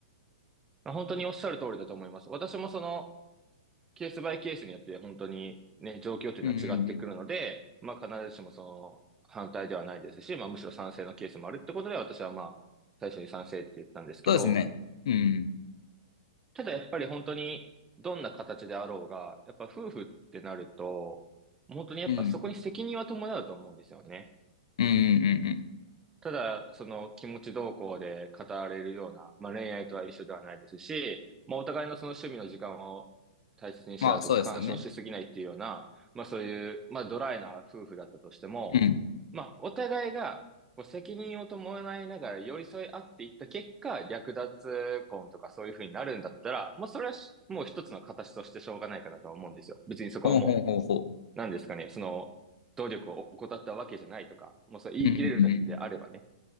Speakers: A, on the right (about 15°); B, on the left (about 70°).
A: まあ本当におっしゃる通りだと思います。私もそのケースバイケースによって本当にね、状況というのは違ってくるので、
B: うんうんうん。
A: まあ必ずしもその反対ではないですし、まあむしろ賛成のケースもあるってことで私はまあ最初に賛成って言ったんですけど、
B: そうですね。うん
A: ただやっぱり本当にどんな形であろうが、やっぱ夫婦ってなると、本当にやっぱそこに責任は伴うと思うんですよね。
B: うん。うん。うんうんうんうん。
A: ただ、その気持ち動向で語られるような、まあ、恋愛とは一緒ではないですし、まあ、お互いのその趣味の時間を大切にし合うとか、
B: まあそうですよね。
A: 干渉しすぎないっていうような、まあ、そういう、まあ、ドライな夫婦だったとしても、
B: うん。
A: まあ、お互いがこう責任を伴いながら寄り添い合っていった結果、略奪婚とかそういうふうになるんだったら、まあ、それはしもう一つの形としてしょうがないかなとは思うんですよ。別にそこはもう、
B: ほうほうほうほ
A: 何ですかね、その、努力を怠ったわけじゃないとか、もうそう言い切れるのであればね。
B: う。うんうんうん。